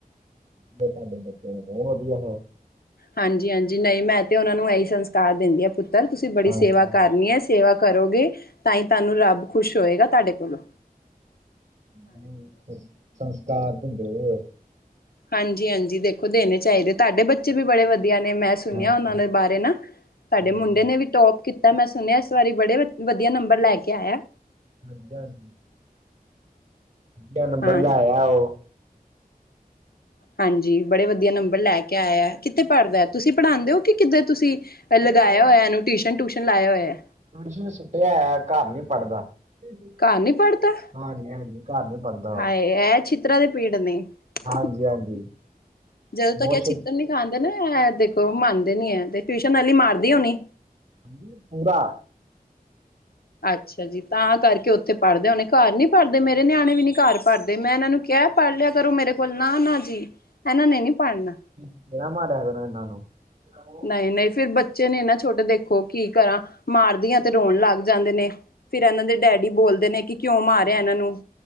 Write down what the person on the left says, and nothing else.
ਹਾਂਜੀ -ਹਾਂਜੀ ਨਹੀਂ, ਮੈਂ ਤੇ ਉਹਨਾਂ ਨੂੰ ਇਹੀ ਸੰਸਕਾਰ ਦਿੰਦੀ ਹਾਂ, ਪੁੱਤਰ ਤੁਸੀਂ ਬੜੀ
ਸੇਵਾ ਕਰਨੀ ਹੈ। ਸੇਵਾ ਕਰੋਗੇ, ਤਾਂ ਹੀ ਤੁਹਾਨੂੰ ਰੱਬ ਖੁਸ਼ ਹੋਏਗਾ। ਤੁਹਾਡੇ ਕੋਲੋਂ-
ਹਾਂਜੀ- ਹਾਂਜੀ ਦੇਖੋ ਦੇਣੇ ਚਾਹੀਦੇ, ਤੁਹਾਡੇ ਬੱਚੇ ਵੀ ਬੜੇ ਵਧੀਆ ਨੇ, ਮੈਂ-
ਸੁਣਿਆ। ਉਹਨਾਂ
ਦੇ ਬਾਰੇ ਨਾ, ਸਾਡੇ
ਮੁੰਡੇ
ਨੇ ਵੀ। ਟੋਪ ਕੀਤਾ। ਮੈਂ ਸੁਣਿਆ ਇਸ ਵਾਰੀ ਬੜੇ ਵਧੀਆ। ਨੰਬਰ ਲੈ ਕੇ ਆਇਆ।
ਹਾਂ
ਹਾਂਜੀ, ਬੜੇ ਵਧੀਆ ਨੰਬਰ ਲੈ ਕੇ ਆਇਆ। ਕਿੱਥੇ ਪੜ੍ਹਦਾ, ਤੁਸੀਂ ਪੜ੍ਹਾਉਂਦੇ ਹੋ, ਕਿ ਕਿੱਧਰ ਤੁਸੀਂ? ਪਹਿਲੇ
ਲਗਾਇਆ ਹੋਇਆ। ਇਹਨੂੰ ਟਿਊਸ਼ਨ ਟਊਸ਼ਨ ਲਾਇਆ ਹੋਇਆ।
ਘਰ ਨੀ ਪੜ੍ਹਦਾ
ਹਾਏ
ਇਹ ਛਿੱਤਰਾਂ ਦੇ ਪੀੜ ਨੇ, <unintelligible>
ਜਦੋਂ
ਤੱਕ ਇਹ ਛਿੱਤਰ ਨੀ। ਖਾਂਦੇ ਨਾ, ਇਹ ਦੇਖੋ ਮੰਨਦੇ ਨੀ ਹੈ, ਤੇ ਟਿਊਸ਼ਨ ਵਾਲੀ ਮਾਰਦੀ ਹੋਣੀ।
ਅੱਛਾ ਜੀ, ਤਾਂ ਕਰਕੇ ਉੱਥੇ ਪੜਦੇ ਹੋਣੇ, ਘਰ ਨੀ ਪੜਦੇ ਮੇਰੇ ਨਿਆਣੇ ਵੀ ਨੀ ਘਰ ਪੜਦੇ, ਮੈਂ ਇਹਨਾਂ ਨੂੰ- ਕਹਿਆ ਪੜ ਲਿਆ ਕਰੋ ਮੇਰੇ ਕੋਲ, ਨਾ ਨਾ ਜੀ। ਇਹਨਾਂ ਨੇ ਨੀ ਪੜ੍ਹਨਾ
ਨਹੀਂ- ਨਹੀਂ ਫਿਰ ਬੱਚੇ ਨੇ ਨਾ ਛੋਟੇ, ਦੇਖੋ ਕੀ ਕਰਾਂ ਮਾਰਦੀਆਂ ਤੇ, ਰੋਣ ਲੱਗ- ਜਾਂਦੇ ਨੇ, ਫਿਰ ਇਹਨਾਂ ਦੇ ਡੈਡੀ ਬੋਲਦੇ ਨੇ, ਕਿ ਕਿਉਂ ਮਾਰਿਆ। ਇਹਨਾਂ ਨੂੰ-